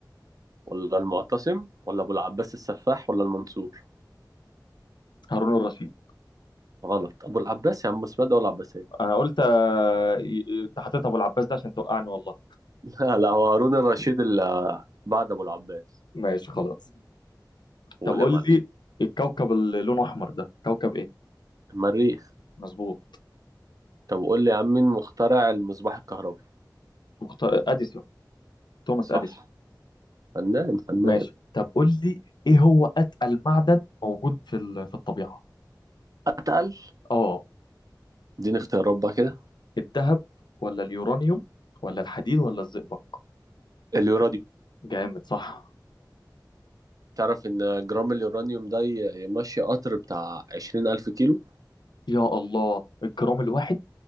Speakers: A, on the right; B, on the left.
A: ولا المعتصم ولا ابو العباس السفاح ولا المنصور
B: هارون الرشيد
A: غلط ابو العباس يا عم اسمها دولة عباسية
B: انا قلت آه، ي- ي- انت حطيت ابو العباس ده عشان توقعني والله
A: <laughs> لا لا هو هارون الرشيد اللي بعد ابو العباس
B: ماشي خلاص
A: قول
B: طب قول
A: يا معلم
B: لي الكوكب اللي لونه احمر ده كوكب ايه
A: المريخ
B: مظبوط
A: طب قول لي يا عم مين مخترع المصباح الكهربي
B: مخت... اديسون توماس
A: صح
B: اديسون
A: فنان فنان
B: ماشي طب قول لي ايه هو اتقل معدن موجود في ال- في الطبيعه
A: اتقل
B: اه
A: اديني اختيارات بقى كده
B: الذهب ولا اليورانيوم ولا الحديد ولا الزئبق
A: اليورانيوم
B: جامد صح
A: تعرف ان جرام اليورانيوم ده ي- يمشي قطر بتاع عشرين ألف كيلو
B: يا الله الجرام الواحد